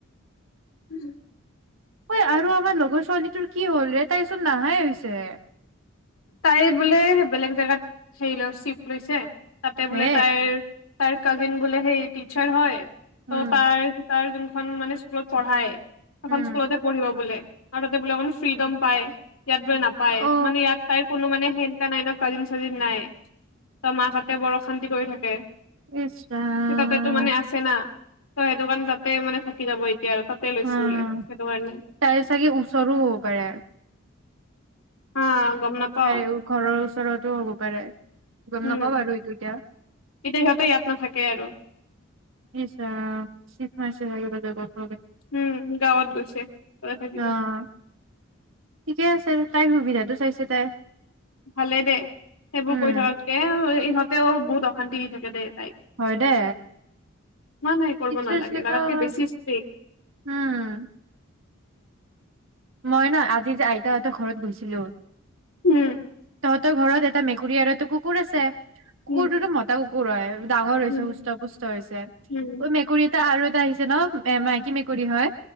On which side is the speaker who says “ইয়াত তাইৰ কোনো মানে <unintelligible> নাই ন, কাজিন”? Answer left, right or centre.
Left